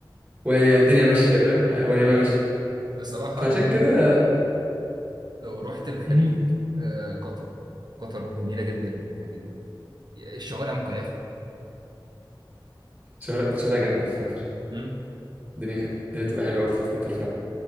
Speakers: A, on the right; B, on the right.
A: وهي
B: لا،
A: الدنيا
B: بصراحة
A: ماشيه فاهم آه، وهي ماشيه
B: بصراحة
A: فعشان
B: لو
A: كده
B: لو رحت الخليج
A: مم،
B: آه، قطر قطر جميلة جدا يعني الشوارع مكيفة
A: الشوارع الشوارع جامده في قطر
B: مهم.
A: الدنيا كانت الدنيا تبقى حلوه قوي في قطر فعلا